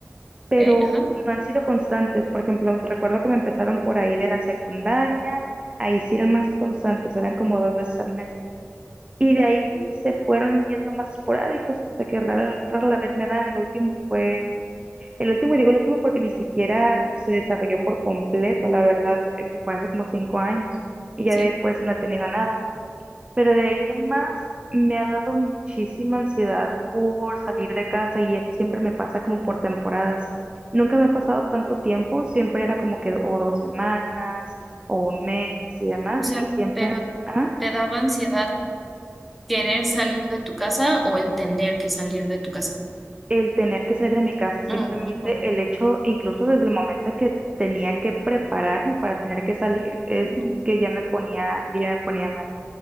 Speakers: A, on the right (about 20°); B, in the centre.
A: pero
B: ok, ajá,
A: no han sido constantes. Por ejemplo, recuerdo que me empezaron por ahí de la secundaria, ahí sí eran más constantes, eran como dos veces al mes. Y
B: ujú,
A: de ahí se fueron yendo más esporádicos hasta que rara, rara la vez me dan. El último fue, el último, y digo el último porque ni siquiera se desarrolló por completo, la verdad, eh, fue hace como cinco años y ya
B: Sí,
A: después no he tenido nada. Pero de ahí en más me ha dado muchísima ansiedad por salir de casa y eso siempre me pasa como por temporadas. Nunca me ha pasado tanto tiempo, siempre era como que o dos semanas o un mes y demás
B: o sea,
A: y siempre
B: pero
A: ah,
B: ¿te daba ansiedad querer salir de tu casa o el tener que salir de tu casa?
A: el tener que salir de mi casa, simplemente
B: Mm, ujú,
A: el hecho, incluso desde el momento en que tenía que prepararme para tener que salir, es
B: ujú,
A: que ya me ponía, yo ya me ponía mal.